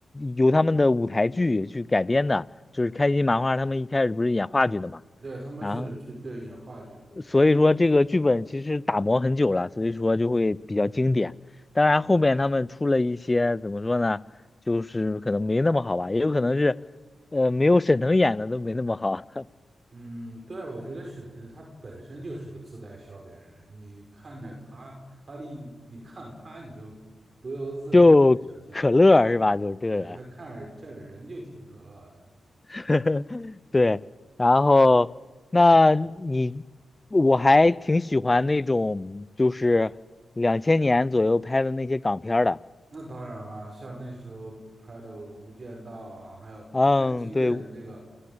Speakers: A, on the left (about 25°); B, on the right (about 50°).
A: 由他们的舞台剧去改编的，就是开心麻花他们一开始不是演话剧的嘛，
B: 对，他们是去对演话剧的。
A: 然后所以说这个剧本其实打磨很久了，所以说就会比较经典。当然后面他们出了一些怎么说呢，就是可能没那么好吧，也有可能是呃没有沈腾演的都没那么好，<laughs>
B: 嗯，对，我觉得沈腾他本身就是一个自带笑点的人，你看着他，他的一你看他，你就不由自主地想象。
A: 就可乐是吧？就是这个人。
B: 对，他看着这人就挺可乐的。
A: <laughs> 对，然后那你我还挺喜欢那种就是两千年左右拍的那些港片儿的，
B: 那当然了，像那时候拍的《无间道》啊，还有最经典的那个，
A: 嗯，对，